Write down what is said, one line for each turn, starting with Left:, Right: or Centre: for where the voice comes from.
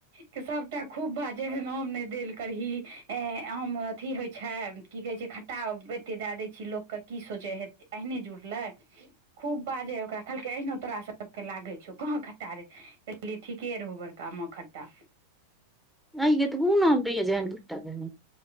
Right: के सभटा खूब भऽ जेहन आम नहि देल करही ई आम अथी होइ छै की कहै छै ताब एते दऽ दै छी लोकके की सोचै छै अहिने जुड़लै
Centre: <inaudible>
Right: खूब बाजै ओकरा कहलकै अहिना तोरा सभके लागै छौ कहाँ कटारे कहलियै ठीके रहौ बड़क आमओ खट्टा
Centre: अइए तऽ हुन आमबरिया जैन कुट्टा देने